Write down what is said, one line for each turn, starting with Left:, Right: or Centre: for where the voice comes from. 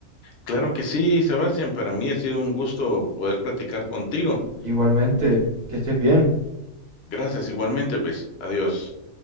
Left: Claro que sí, Sebastián, para mí ha sido un gusto poder platicar contigo.
Right: Igualmente, que estés bien.
Left: Gracias, igualmente, pues, adiós.